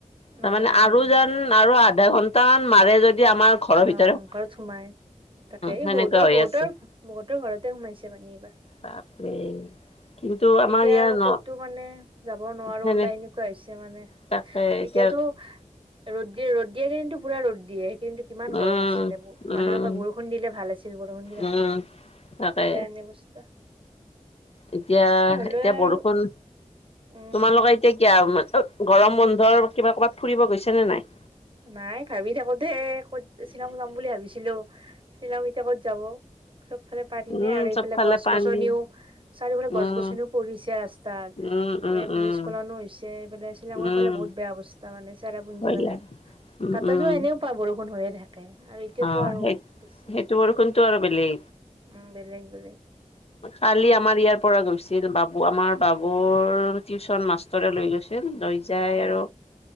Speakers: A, on the left; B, on the right.
A: তাৰমানে
B: অ',
A: আৰু যেন আৰু আধা ঘণ্টা মান মাৰে যদি আমাৰ ঘৰৰ ভিতৰত
B: অ ঘৰত সোমাই, তাকেই
A: সেনেকুৱা
B: বহুতৰ
A: হৈ
B: বহুতৰ,
A: আছে
B: বহুতৰ ঘৰতে সোমাইছে পানী এইবাৰ।
A: বাপৰে। কিন্তু আমাৰ
B: এতিয়া
A: ইয়াৰ
B: আৰু ক'তো
A: ন
B: মানে যাব নোৱাৰো
A: সেনে
B: ওলাই, এনেকুৱা হৈছে মানে।
A: তাকে এতিয়া
B: এতিয়াতো ৰ'দ দিয়ে, ৰ'দ দিয়ে কিন্তু পুৰা ৰ'দ দিয়ে, কিন্তু কিমান
A: উম।
B: গৰম আছিলে,
A: উম,
B: মানুহে কয় বৰষুণ দিলে ভাল আছিল, বৰষুণ দিলেই
A: উম,
B: ভাল আছিল।
A: তাকে
B: এতিয়া এনে অৱস্থা।
A: এতিয়া,
B: এ হ'লেও
A: এতিয়া বৰষুণ,
B: আৰু উম।
A: তোমালোকৰ এতিয়া এতিয়া <unintelligible> গৰম বন্ধৰ কিবা ক'ৰবাত ফুৰিব গৈছে নে নাই?
B: নাই ভাবি থাকো দেই, ক'ত শ্বিলং যাম বুলি ভাবিছিলোঁ। শ্বিলং এতিয়া ক'ত যাব চব ইফালে পানীয়েই
A: উম
B: আৰু এইফালে
A: চবফালে
B: গছ-
A: পানী
B: গছনিও, চাৰিওফালে গছ
A: উম
B: -গছনিও পৰিছে ৰাস ৰাস্তাত
A: উম উম
B: ভূৰিস্খলনো
A: উম
B: হৈছে এইফালে শ্বিলঙৰ
A: উম
B: ফালে বহুত বেয়া অৱস্থা মানে চেৰাপুঞ্জী
A: ভয়
B: ফালে।
A: লাগে উম
B: তাতেতো
A: উম
B: এনেও পুৰা বৰষুণ হৈ থাকে। আৰু এতিয়াতো
A: অ
B: আৰু
A: সেই
B: বেছি
A: সেইটো বৰষুণটো আৰু বেলেগ
B: উম বেলেগ বেলেগ।
A: কালি আমাৰ ইয়াৰ পৰা গৈছিল বাবু আমাৰ বাবুৰ টিউচন মাষ্ট মাষ্টৰে লৈ গৈছিল লৈ যাই
B: সেই
A: আৰু